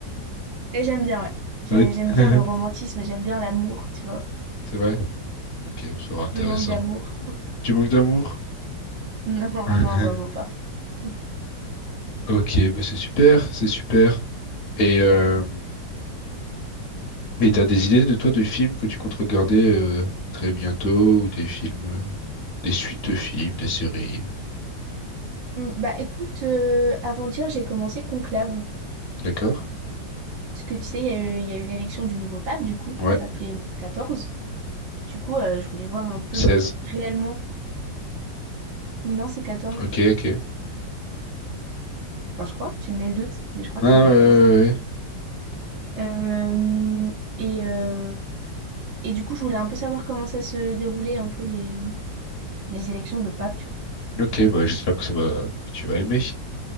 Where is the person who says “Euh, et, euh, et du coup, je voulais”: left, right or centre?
Right